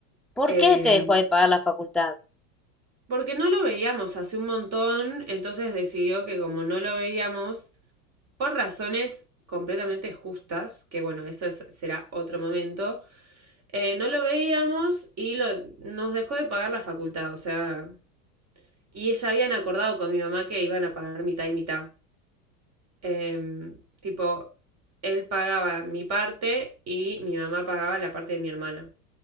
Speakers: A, in the centre; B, on the right.
A: ¿Por
B: Em,
A: qué te dejó de pagar la facultad?
B: porque no lo veíamos hace un montón, entonces decidió que como no lo veíamos, por razones completamente justas, que bueno, eso es- será otro momento, eh, no lo veíamos y lo- nos dejó de pagar la facultad, o sea, y ella habían acordado con mi mamá que iban a pagar mitad y mitad. Em, tipo, él pagaba mi parte y mi mamá pagaba la parte de mi hermana.